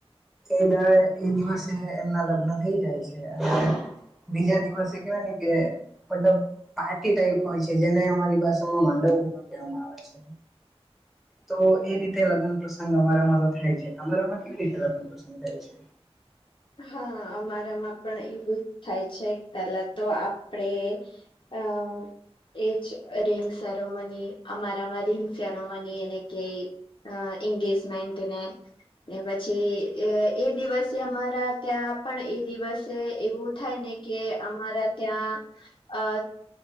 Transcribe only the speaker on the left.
હા અમારામાં પણ એવું જ થાય છે, પેલા તો આપડે અ એજ રિંગ સેરોમની અમારામાં રિંગ સેરોમની એને કય અ એંગેજમેન્ટને ને પછી એ દિવસે અમારા ત્યાં પણ એ દિવસે એવું થાય ને કે અમારા ત્યા <unintelligible>